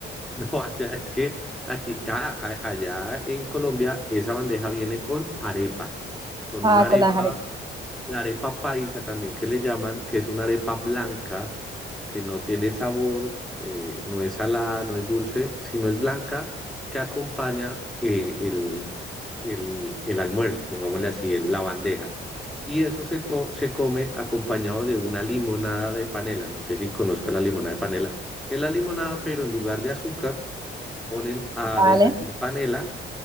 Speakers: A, in the centre; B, on the right.
A: No, allá es que aquí, ah, a- allá en Colombia, esa bandeja viene con arepa, con
B: Ah,
A: una arepa,
B: con las arepas.
A: la arepa paisa también que le llaman, que es una arepa blanca, que no tiene sabor, eh, no es salada, no es dulce, sino es blanca, que acompaña eh, el, el, el almuerzo, pongámosle así, el- la bandeja. Y eso se, to- se come acompañado de una limonada de panela, no sé si conozca la limonada de panela, que es la limonada, pero en lugar de azúcar ponen a
B: Vale.
A: derretir panela